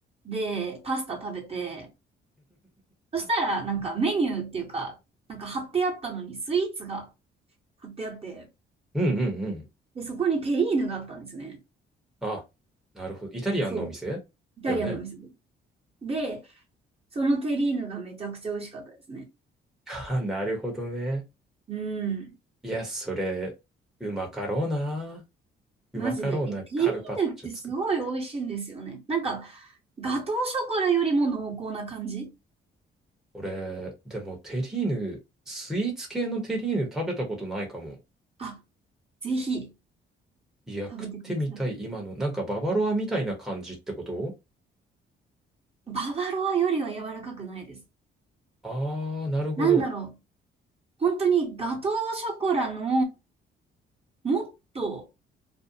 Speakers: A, on the right; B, in the centre.
A: で、パスタ食べて、そしたら、なんかメニューっていうか、なんか貼ってあったのにスイーツが貼ってあって、
B: うんうんうん。
A: で、そこにテリーヌがあったんですね。
B: あ、なるほど。イタリアンのお店だよね。
A: そう。イタリアンのお店で。で、そのテリーヌがめちゃくちゃ美味しかったですね。
B: <laughs> あ、なるほどね。
A: うん。
B: いや、それ、うまかろうな。うまかろうなカルパッチョ作って。
A: マジで。いや、テリーヌってすごい美味しいんですよね。なんか、ガトーショコラよりも濃厚な感じ。
B: 俺、でもテリーヌ、スイーツ系のテリーヌ食べたことないかも。
A: あ、ぜひ
B: いや、食ってみたい、
A: 食べてください。
B: 今の。なんかババロアみたいな感じってこと
A: ババロアよりは柔らかくないです。
B: あー、なるほど。
A: なんだろう。本当にガトーショコラのもっと